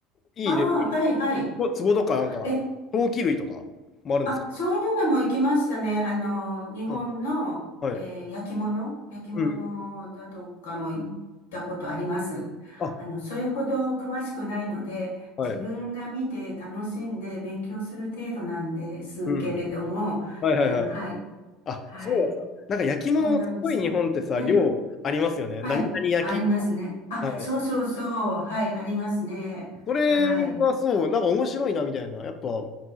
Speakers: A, on the left; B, on the left.
A: いい例、
B: ああ、はい、はい。
A: 壺とか、なんか、
B: えっ
A: 陶器類とかもあるんですか、
B: あ、そういうのも行きましたね。あの、日本の、
A: うん、はい。
B: えー焼き物、焼き物だとかも行ったことあります。
A: うん。あ、
B: あの、それほど詳しくないので、
A: はい。
B: 自分が見て楽しんで勉強する程度なんですけれども、
A: うん。はいはいはい。
B: あの、はい、
A: あ、
B: はい、
A: そうだった。なんか焼き物もすごい日本ってさ、
B: そんなんですよ。はい、
A: 量ありますよね。
B: はい、
A: 何々焼きとか。
B: ありますね。あ、
A: はい。
B: そうそうそう、はい、ありますね。
A: それがそう、
B: はい、
A: なんか面白いなみたいな。やっぱ、